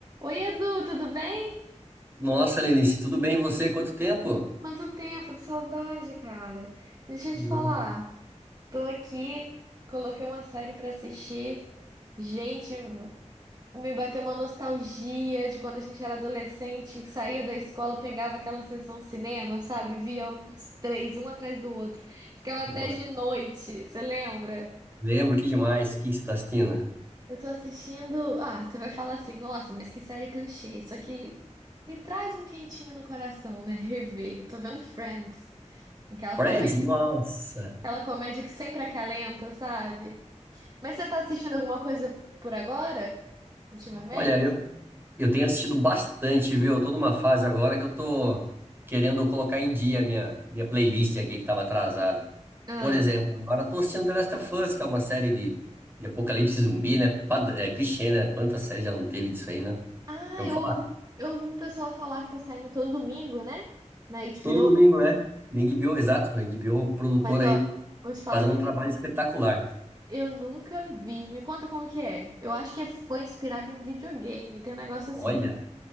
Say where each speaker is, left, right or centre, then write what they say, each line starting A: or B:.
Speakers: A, on the right (about 30°); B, on the right (about 15°).
A: Oi, Edu, tudo bem?
B: Nossa, Lenice, tudo bem e você? Quanto tempo?
A: Quanto tempo, que saudade, cara. Deixa eu
B: Nossa,
A: te falar. Tô aqui, coloquei uma série pra assistir. Gente, me bateu uma nostalgia de quando a gente era adolescente, que saía da escola, pegava aquela sessão cinema, sabe? Via uns três, um atrás do outro. Ficava até
B: nossa.
A: de noite, você lembra?
B: Lembro, que demais. O que que você tá assistindo?
A: Eu tô assistindo. Ah, você vai falar assim, nossa, mas que série clichê. Só que me traz um quentinho no coração, né? <laughs> Rever. Tô vendo Friends. Aquela
B: Friends?
A: comédia,
B: Nossa.
A: aquela comédia que sempre acalenta, sabe? Mas você tá assistindo alguma coisa por agora? Ultimamente?
B: Olha, eu, eu tenho assistido bastante, viu? Eu tô numa fase agora que eu tô querendo colocar em dia a minha, minha playlist aqui que tava atrasada.
A: Ah,
B: Por exemplo, agora eu tô assistindo The Last of Us, que é uma série de, de apocalipse zumbi, né? Pad- É clichê, né? Quantas séries já não teve disso aí, né?
A: ah
B: Eu
A: eu
B: vou falar.
A: ouvi, eu ouvi o pessoal falar que tá saindo todo domingo, né? Na HBO.
B: Todo domingo, é. Na HBO, exato. Na HBO, o o produtor
A: Mas,
B: aí
A: ó, vou te falar
B: fazendo
A: que
B: um trabalho espetacular.
A: eu nunca vi. Me conta como que é. Eu acho que é, foi inspirado em um videogame. Tem um negócio
B: Olha.
A: assim.